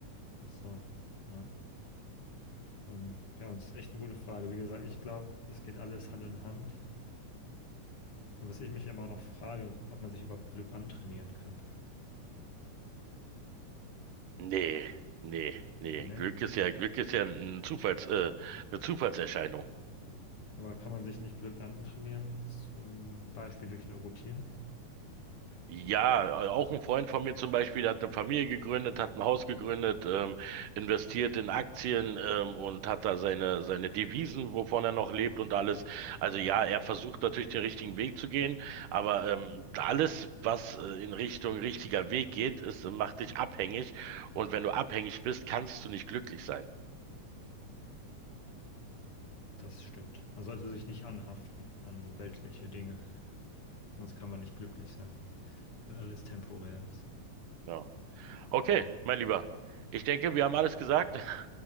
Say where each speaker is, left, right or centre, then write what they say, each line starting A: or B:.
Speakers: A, on the left; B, on the right.
A: Ach So, ja. Ähm, ja, das ist echt eine gute Frage. Wie gesagt, ich glaube, es geht alles Hand in Hand. Und was ich mich immer noch frage, ob man sich überhaupt Glück antrainieren kann.
B: Nee, nee, nee.
A: Ne?
B: Glück ist ja, Glück ist ja ein Zufalls, äh, eine Zufallserscheinung.
A: Aber kann man sich nicht Glück antrainieren, zum Beispiel durch eine Routine?
B: Ja, äh, auch ein Freund von mir zum Beispiel, der hat eine Familie gegründet, hat ein Haus gegründet, ähm, investiert in Aktien, ähm, und hat da seine, seine Devisen, wovon er noch lebt und alles. Also ja, er versucht natürlich den richtigen Weg zu gehen, aber ähm, alles, was äh, in Richtung richtiger Weg geht, ist, äh, macht dich abhängig. Und wenn du abhängig bist, kannst du nicht glücklich sein.
A: Das stimmt. Man sollte sich nicht anhaften an weltliche Dinge, sonst kann man nicht glücklich sein, weil alles temporär ist.
B: Ja. Okay, mein Lieber. Ich denke, wir haben alles gesagt. <laughs>